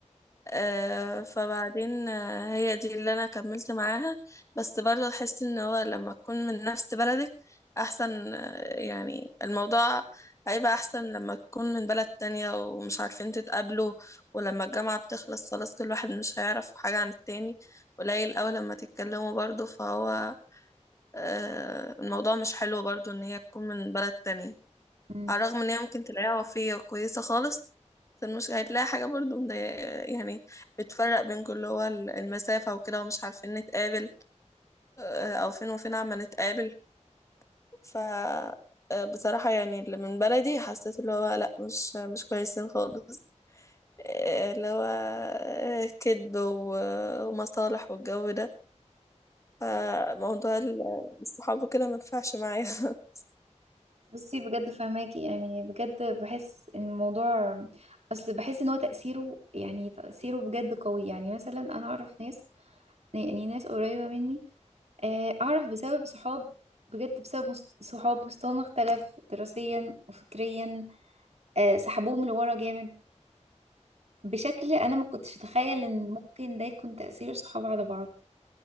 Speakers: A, on the left; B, on the right.
A: آه فبعدين آه هي دي اللي انا كملت معاها بس برضه احس ان هو لما تكون من نفس بلدك احسن آه يعني الموضوع هيبقى احسن لما تكون من بلد تانية ومش عارفين تتقابلوا ولما الجامعة بتخلص خلاص كل واحد مش هيعرف حاجة عن التاني قليل اوي لما تتكلموا برضه فهو آه الموضوع مش حلو برضه ان هي تكون من بلد تانية
B: مم.
A: على الرغم ان هي ممكن تلاقيها وفية وكويسة خالص فالمشكلة هتلاقي حاجة برضو مضايقة- يعني بتفرق بينكم اللي هو ال- المسافة وكده ومش عارفين نتقابل آه، أو فين وفين عما نتقابل ف آه، بصراحة يعني اللي من بلدي حسيت اللي هو لأ مش مش كويسين خالص آه، اللي هو آه، كذب و- ومصالح والجو ده فموضوع ال- الصحاب وكده ما ينفعش معايا <laughs>
B: بصي بجد فهماكي يعني بجد بحس ان الموضوع اصل بحس ان هو تأثيره يعني تأثيره بجد قوي يعني مثلا انا اعرف ناس يعني ناس قريبه مني آه، اعرف بسبب صحاب بجد بسبب مست- صحاب مستواهم اختلف دراسيا وفكريا آه، سحبوهم لورا جامد بشكل انا ما كنتش اتخيل ان ممكن ده يكون تأثير صحاب على بعض